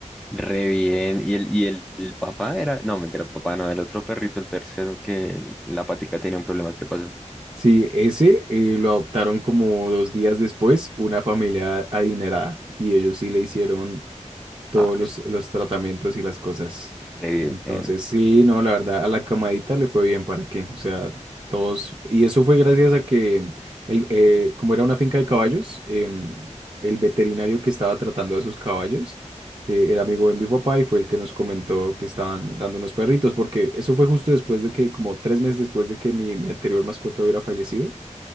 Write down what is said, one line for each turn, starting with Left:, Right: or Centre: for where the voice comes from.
Centre: Re bien, y el, y el, el papá era, no, mentira, el papá no, el otro perrito, el tercero, que la patica tenía un problema, ¿qué pasó?
Right: Sí, ese eh, lo adoptaron como dos días después una familia adinerada y ellos sí le hicieron todos
Centre: Ah,
Right: los, los tratamientos y las cosas.
Centre: re
Right: Entonces,
Centre: bien,
Right: sí, no, la verdad, a la camadita le fue bien, ¿para qué? O sea, todos, y eso fue gracias a que, el, eh, como era una finca de caballos, em, el veterinario que estaba tratando a esos caballos eh, era amigo de mi papá y fue el que nos comentó que estaban dando unos perritos, porque eso fue justo después de que, como tres meses después de que mi, mi anterior mascota hubiera fallecido